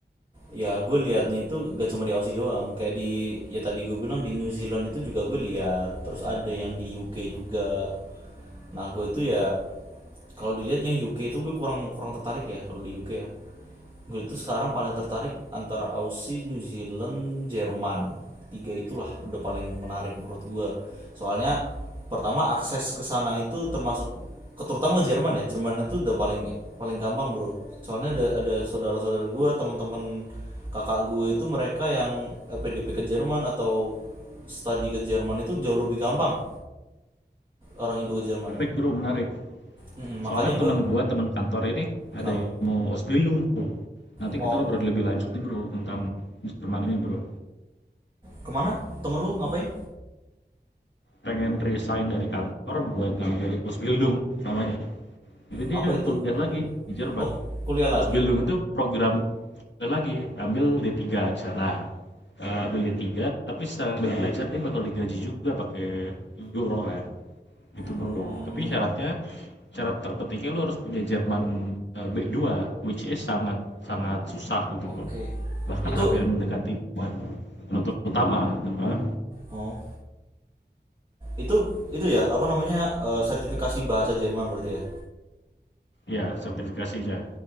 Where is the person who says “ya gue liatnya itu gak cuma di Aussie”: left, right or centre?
Right